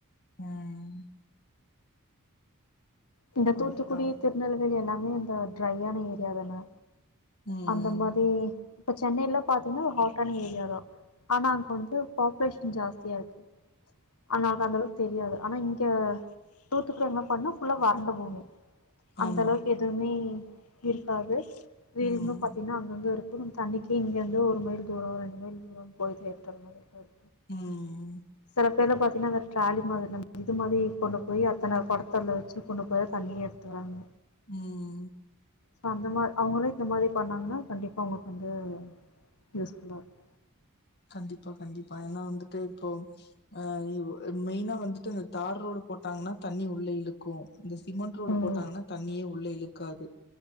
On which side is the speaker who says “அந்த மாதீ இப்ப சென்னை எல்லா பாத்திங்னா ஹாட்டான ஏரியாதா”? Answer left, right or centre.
Left